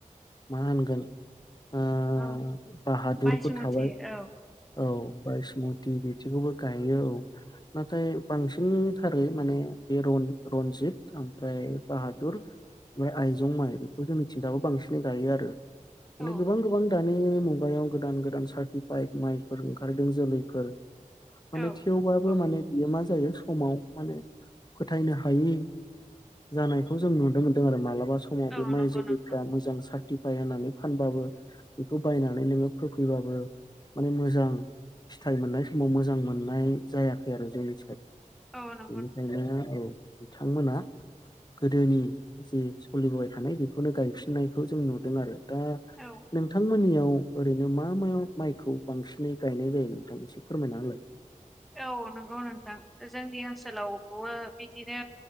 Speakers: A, on the left; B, in the centre.
A: मा होनगोन? ओ
B: औ
A: बाहादुरफोर
B: बायसुमथि
A: थाबाय
B: औ
A: औ बाइसद बिथिंखौबो गायो औ। नाथाय बांसिनथारो माने बे रन-रनजित ओमफ्राय बाहादुर। ओमफ्राय आइजं माइ बेखौ जों मिथिनो दाबो बांसिनै गायो आरो।
B: औ
A: माने गोबां गोबां दानि मु माबायाव गोदान गोदान सार्टिफाइड माइफोर ओंखारदों जोलैफोर माने
B: औ
A: थेवबाबो
B: नंगौ
A: माने बियो मा? जायो समाव माने फोथायनो हायि जानायखौ जों नुनो मोनदों ।आरो मालाबा समाव
B: औ
A: बे माइ
B: नंगौ
A: जुलिैफोरा
B: नोंथां
A: मोजां सार्टिफाय होननानै फानबाबो बेखौ बायनानै नोङो फोफैबाबो माने मोजां फिथाइ मोननाय समाव मोजां मोननाय जायाखै आरो जोंनि
B: औ नंगौ
A: बेनिखायनो
B: नोंथां
A: औ बिथांमोना गोदोनि जों सोलिबोबाय थानाय बेखौनो गायफिननायखौ जों नुदों आरो दा
B: औ
A: नोंथांमोननियाव? ओरैनो मा मा माइखौ बांसिनै गायनाय जायो नोंथां मोनसे फोरमायनालाय?
B: औ। नगौ नोंथां जोंनि ओनसोलावबो बिदिनो